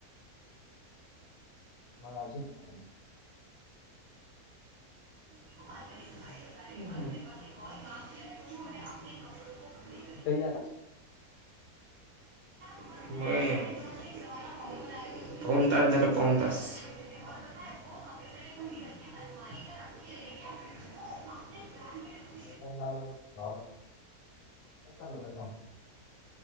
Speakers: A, on the left (about 85°); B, on the right (about 70°).
A: मग अजून?
B: <unintelligible>
A: कुठं गेला?
B: <unintelligible> पाऊन तास झालं, पाऊण तास. <unintelligible>
A: <unintelligible>